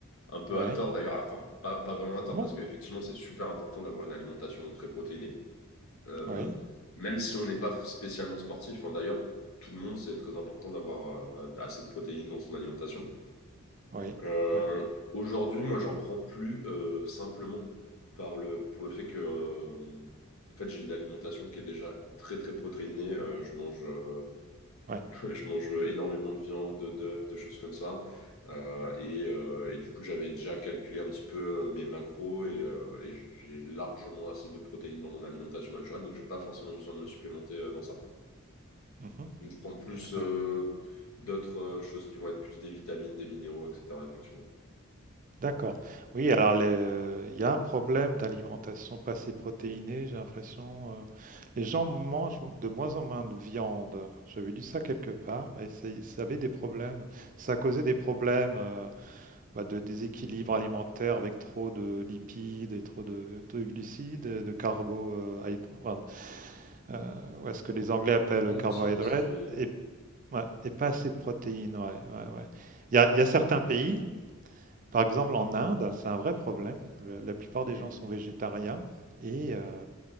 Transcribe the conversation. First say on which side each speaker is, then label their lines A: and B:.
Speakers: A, on the left; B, on the right.
A: un peu
B: ouais.
A: à tort d'ailleurs, enfin, pas, pas vraiment à tort
B: Ah Bon?
A: parce qu'effectivement, c'est super important d'avoir une alimentation très protéinée euh,
B: Oui,
A: même si on n'est pas spécialement sportif. Hein, D'ailleurs, pour tout le monde, c'est très important d'avoir euh, assez de protéines dans son alimentation.
B: oui,
A: Euh,
B: oui,
A: aujourd'hui, moi, j'en prends plus euh, simplement par le, pour le fait que euh, en fait, j'ai une alimentation qui est déjà très, très protéinée. Euh, je mange. euh,
B: oui.
A: Ouais, je mange énormément de viande, d'œufs, de choses comme ça. Euh, et, euh, et du coup, j'avais déjà calculé un petit peu euh, mes macros et, euh, et j'ai largement assez de protéines dans mon alimentation naturelle, donc j'ai pas forcément besoin de me supplémenter euh, dans ça.
B: Mhm,
A: Donc je prends plus
B: D'accord.
A: euh, d'autres euh, choses qui vont être plus des vitamines, des minéraux, etc. Effectivement.
B: D'accord. Oui, alors le- il y a un problème d'alimentation pas assez protéinée, j'ai l'impression. euh, les gens mangent de moins en moins de viande. J'avais lu ça quelque part et ça, ça avait des problèmes. Ça causait des problèmes euh, bah, de déséquilibre alimentaire avec trop de lipides et trop de, de glucides, de carbo, euh, hyd- enfin, euh, ou est-ce que les Anglais appellent
A: Oui, le
B: carbohydrates
A: cycle de situation.
B: et, ouais, et pas assez de protéines. Ouais, ouais, ouais. Il y a, il y a certains pays. Par exemple, en Inde, c'est un vrai problème. Le- la plupart des
A: Mm.
B: gens sont végétariens et euh,